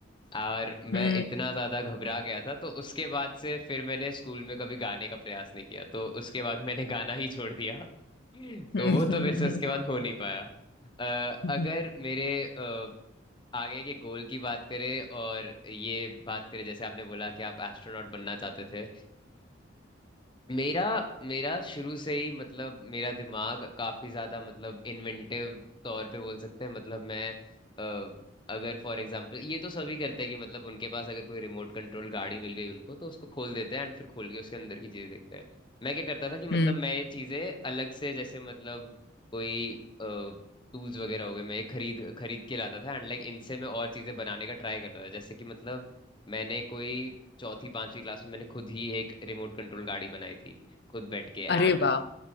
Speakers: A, on the left; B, on the left.
A: और मैं
B: हम्म
A: इतना ज्यादा घबरा गया था तो उसके बाद से फिर मैंने स्कूल में कभी गाने का प्रयास नहीं किया तो उसके बाद मैंने गाना ही छोड़ दिया <laughs> तो
B: हम्म
A: वो तो मेरे से उसके बाद हो नहीं पाया अ,
B: हम्म,
A: अगर मेरे अ, आगे के गोल की बात करें और ये बात करें जैसे आपने बोला कि आप एस्ट्रोनॉट बनना चाहते थे मेरा मेरा शुरू से ही मतलब मेरा दिमाग काफी ज्यादा मतलब इन्वेंटिव तौर पे बोल सकते हैं मतलब मैं अ, अगर फॉर एग्जांपल ये तो सभी करते हैं कि मतलब उनके पास अगर कोई रिमोट कंट्रोल गाड़ी मिल गई उनको तो उसको खोल देते हैं एंड फिर खोल के उसके अंदर की चीजें देखते हैं मैं क्या करता था कि मतलब
B: हम्म,
A: मैं ये चीजें अलग से जैसे मतलब कोई टूल्स वगैरह हो गए मैं ये खरीद खरीद के लाता था एंड लाइक इनसे मैं और चीजें बनाने का ट्राई करता था जैसे कि मतलब मैंने कोई चौथी पांचवी क्लास में मैंने खुद ही एक रिमोट कंट्रोल गाड़ी बनाई थी खुद बैठ के एंड
B: अरे वाह